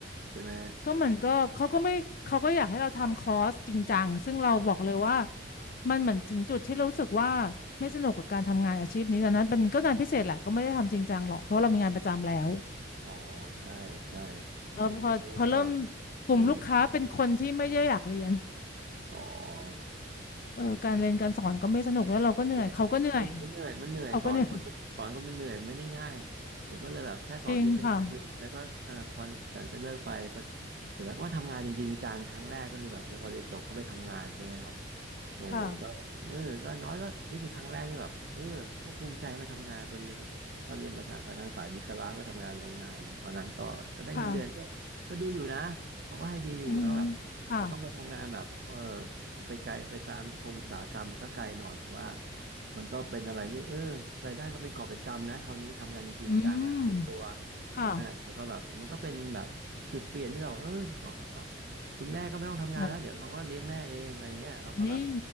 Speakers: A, on the right; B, on the left.
A: ใช่ไหม
B: ก็เหมือนก็เขาก็ไม่เขาก็อยากให้เราทำคอร์สจริงจังซึ่งเราบอกเลยว่ามันเหมือนถึงจุดที่เรารู้สึกว่าไม่สนุกกับการทำงานอาชีพนี้ตอนนั้นเป็นก็งานพิเศษแหละก็ไม่ได้ทำจริงจังหรอกเพราะเรามีงานประจำแล้ว
A: อ๋อใช่ใช่
B: แล้วพอพอเริ่ม
A: ของผมนี่ก็
B: กลุ่มลูกค้าเป็นคนที่ไม่ได้อยากเรียน
A: อืมอ๋อ
B: เออการเรียนการสอนก็ไม่สนุกแล้วเราก็เหนื่อยเขาก็เหนื่อย
A: เหนื่อยเองมันเหนื่อยมันเหนื่อยสอนคนมันสอนคนมันเหนื่อยไม่ได้ง่าย
B: เขาก็เหนื่อย
A: ผมก็เลยแบบแค่สอนพิเศษนักเรียนแล้วก็เอ่อพอหลังจากก็เลิกไปพอ
B: จริงค่ะ
A: เสร็จแล้วก็มาทำงานจริงๆจังครั้งแรกก็คือแบบแล้วพอเรียนจบก็ไปทำงานใช่ไหมครับ โอ้ก็เออก็น้อยก็นี่คือครั้งแรกที่แบบเออก็ภูมิใจมาทำงานพอดี
B: ค่ะ
A: ตอนเรียนมาทางมาทางสายวิศวะไปทำงานโรงงานตอนนั้นก็ก็ได้เงินเดือนก็ก็ดีอยู่นะเขาก็ให้ดีอยู่แล้วแบบแต่ต้องไปทำงานแบบเออ
B: ค่ะอืมค่ะ
A: ไปไกลไปตามที่คงอุตสาหกรรมมันก็ไกลหน่อยแต่ว่ามันก็เป็นอะไรที่เออรายได้ก็เป็นกอบเป็นกำนะคราวนี้ทำงานจริงจังแล้วเต็มตัว
B: อืมค่ะ
A: ใช่ไหมแล้วก็แบบมันก็เป็นแบบจุดเปลี่ยนที่เราเออเนาะคุณแม่ก็ไม่ต้องทำงานแล้วเดี๋ยวเราก็เลี้ยงแม่เองอะไรเงี้ยเราก็แบบ
B: ค่ะ นี่